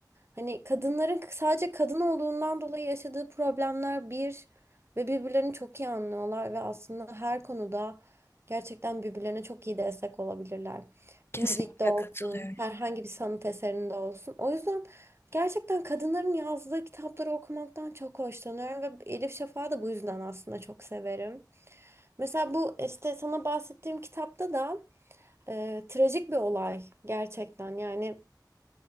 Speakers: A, on the right; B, on the left.
A: hani kadınların sadece kadın olduğundan dolayı yaşadığı problemler bir ve birbirlerini çok iyi anlıyorlar ve aslında her konuda gerçekten birbirlerine çok iyi destek olabilirler.
B: <laughs> Kesinlikle
A: Müzikte olsun,
B: katılıyorum.
A: herhangi bir sanat eserinde olsun. O yüzden gerçekten kadınların yazdığı kitapları okumaktan çok hoşlanıyorum ve Elif Şafak'ı da bu yüzden aslında çok severim. Mesela bu işte sana bahsettiğim kitapta da e, trajik bir olay gerçekten. Yani